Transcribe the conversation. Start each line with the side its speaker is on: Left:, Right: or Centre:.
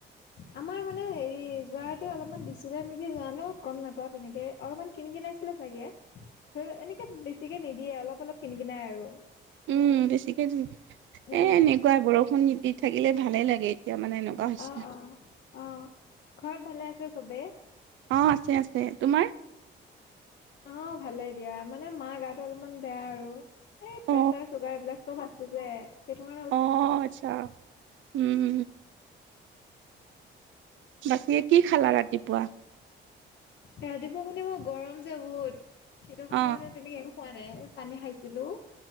Left: আমাৰ মানে হেৰি যুৱহাট অলপমান চা নেকি যোৱাানো গম নাপাও তেনেকে অলপমান কিনি কিনাইছিলে চাগে ধ এনেকে বেছিকে নিদি <unintelligible> দিয়ে অলপ অলপ কিনি কি নাই আৰু
Right: উম বেছিকে
Left: উম
Right: এ এনেকুৱাই বৰষুণ নিতি থাকিলে ভালে লাগে এতিয়া মানে এনেকুৱা হৈছে
Left: অ অ অ ঘৰত ভালে আছে চবে
Right: অ আছে আছে তোমাৰ
Left: অ ভালে দিয়া মানে মা গাটো অলপমান বেয়া আৰু এই
Right: অ
Left: প্ৰেচাৰ চুগাৰ এইবলিলাক চব আছে যে সেইটো
Right: অ আচ্ছা উম বাকী কি খালা ৰাতিপুৱা?
Left: ৰাতিপুৱা মানে মই গৰম যে বহুত সেইটো কাৰণে
Right: অ
Left: মানে তেনেকে খোৱা নাই পানী খাইছিলোঁ